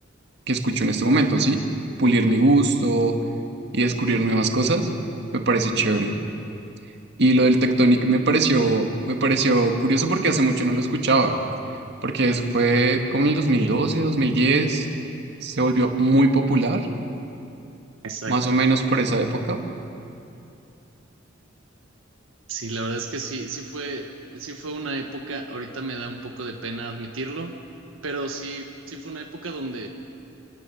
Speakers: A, on the right; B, on the right.
A: que escucho en
B: muy
A: este momento,
B: bien.
A: ¿sí? Pulir mi gusto y descubrir nuevas cosas, me parece chévere. Y lo del Tectonic me pareció, me pareció curioso porque hace mucho no lo escuchaba, porque eso fue como en el 2012,
B: Sí,
A: 2010, se volvió muy popular,
B: Exacto.
A: más o menos por esa época.
B: Sí, la verdad es que sí, sí fue, sí fue una época, ahorita me da un poco de pena admitirlo, pero sí, sí fue una época donde